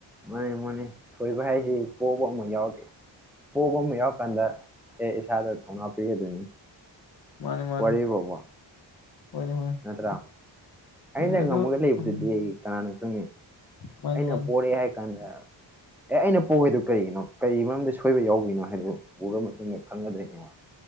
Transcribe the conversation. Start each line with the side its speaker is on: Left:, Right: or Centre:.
Centre: ꯃꯥꯅꯤ ꯃꯥꯅꯤ ꯊꯣꯏꯕ ꯍꯥꯏꯗꯤ ꯄꯣꯕ ꯑꯃ ꯌꯥꯎꯗꯦ ꯄꯣꯕ ꯑꯃ ꯌꯥꯎꯔꯀꯥꯟꯗ ꯑꯦ ꯏꯁꯥꯗ ꯊꯧꯅꯥ ꯑꯃ ꯄꯤꯗꯣꯏꯅꯤ
Left: ꯃꯥꯅꯤ ꯃꯥꯅꯤ
Centre: ꯋꯥꯔꯤꯕꯣꯕ
Left: ꯍꯣꯏꯅꯦ ꯍꯣꯏꯅꯦ
Centre: ꯅꯠꯇ꯭ꯔꯥ ꯑꯩꯅ
Left: ꯃꯥꯅꯤ ꯑꯗꯨ
Centre: ꯉꯝꯃꯒ ꯂꯩꯕꯗꯨꯗꯤ
Left: ꯃꯥꯅꯤ
Centre: ꯀꯅꯥꯅ ꯈꯪꯅꯤ
Left: ꯃꯥꯅꯤ
Centre: ꯑꯩꯅ ꯄꯣꯔꯦ ꯍꯥꯏꯀꯥꯟ ꯀꯥꯟꯗ ꯑꯦ ꯑꯩꯅ ꯄꯣꯒꯩꯗꯣ ꯀꯩꯒꯤꯅꯣ ꯀꯔꯤ ꯃꯔꯝꯗ ꯁꯣꯏꯕ ꯌꯥꯎꯕꯒꯤꯅꯣ ꯍꯥꯏꯕ ꯗꯣ ꯎ ꯎꯔ ꯃꯇꯨꯡ ꯗ ꯈꯪꯒꯗꯣꯏꯅꯦꯕ